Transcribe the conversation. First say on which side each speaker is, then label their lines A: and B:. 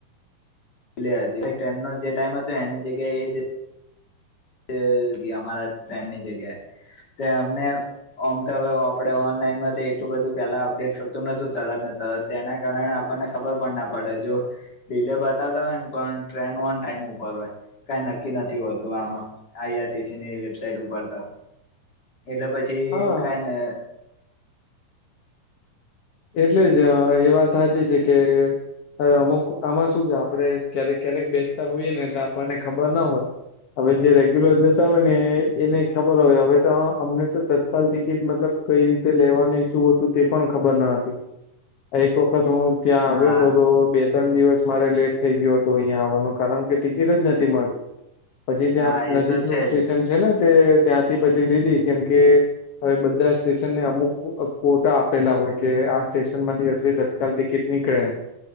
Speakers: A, on the left; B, on the left.
A: <unintelligible> ટ્રેનનો જે ટાઈમ હતો એની જગ્યાએ એ જ. એગીઅમારા ટ્રેન ની જગ્યાએ તો અમને. ઓમતો હવે આપડે ઓનલાઈન એટલું બધું પેલા અપડેટ થતું નતું તરત જ. અ તેના કારણે આપણને ખબર પણ ના પડે જો. ડીલે બતાવતા હોય ને પણ ટ્રેન ઓન ટાઈમ ઉપર હોય કાંઈ નક્કી નથી હોતું આમાં. અહીંયાથી વેબસાાઈટ ઉપર તો એટલે પછી
B: હા,
A: કઈને.
B: એટલે જ એ વાત હાચી છે કે. હવે અમુક આમાં શું છે આપડે ક્યારેક ક્યારેક બેસતા હોઈએ ને એટલે આપણને ખબર ના હોય. હવે જે રેગ્યુલર જતા હોય ને એને ખબરહોય હવે તો અમને તો તત્કાલ ટિકિટ મતલબ. કંઈ રીતે લેવાની શું હતું તે પણ. ખબર ન હતી એક વખત હું ત્યાં
A: હા
B: આવ્યો હતો તો બે ત્રણ દિવસ. મારે લેટ થઈ ગ્યો હતો અહીંયા આવવાનું કારણ કે ટિકિટ જ નથી મળતી. પછી ત્યાં
A: હા એ
B: નજીકનું
A: તો છે
B: સ્ટેશન
A: જ
B: છે ને તે ત્યાંથી પછી લીધી કેમ કે. હવે બધા સ્ટેશનને અમુક કોટા આપ પેલા હોય કે આ સ્ટેશન માંથી જેટલી તત્કાલ ટિકિટ નીકળે એમ